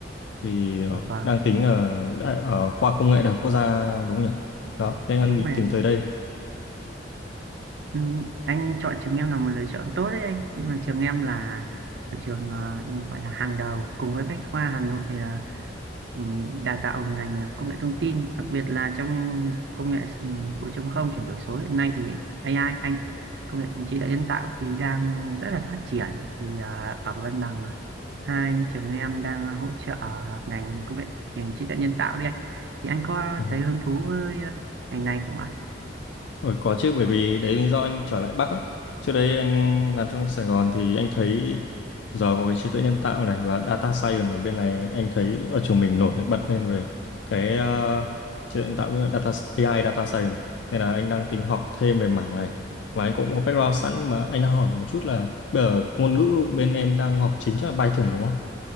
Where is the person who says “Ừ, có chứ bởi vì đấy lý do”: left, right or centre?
Left